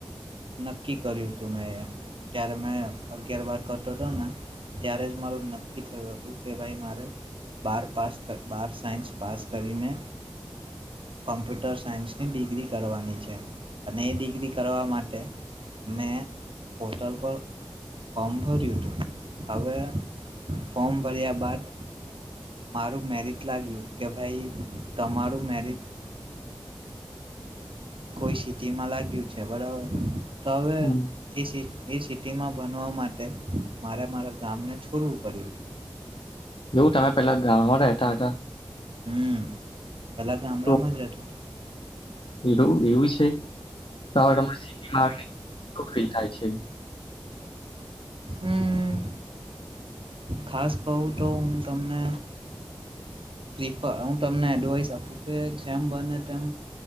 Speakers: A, on the right; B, on the left.
A: નક્કી કર્યું હતું મેં એ જય્યારે મેં અગિયાર બાર કરતો હતો ને ત્યારે જ મારું નક્કી થયું હતું કે ભાઈ મારે બાર પાસ બાર સાયન્સ પાસ કરીને કોમ્પ્યુટર સાયન્સની ડિગ્રી કરવાની છે અને એ ડિગ્રી કરવા માટે મેં પોર્ટલ પર ફોર્મ ભર્યું હતું હવે ફોર્મ ભર્યા બાદ મારું મેરિટ લાગ્યું કે ભાઈ તમારું મેરિટ કોઈ સિટીમાં લાગ્યું છે બરાબર તો હવે
B: હમ
A: એ એ સિટીમાં ભણવા માટે મારે મારા ગામને છોડવું પડ્યું હતું.
B: એવું તમે પેલા ગવ માં રહેતા હતા.
A: હમ પેલા ગામડામાં
B: તો
A: જ રેતો હતો.
B: એવું એવું છે તો તમને સિટીમાં આવીને કેવું ફિલ થાય છે.
A: હમ હ. ખાસ કહું તો હું તમને પ્રિફર હું તમને એડવાઈસ આપું કે જેમ બને તેમ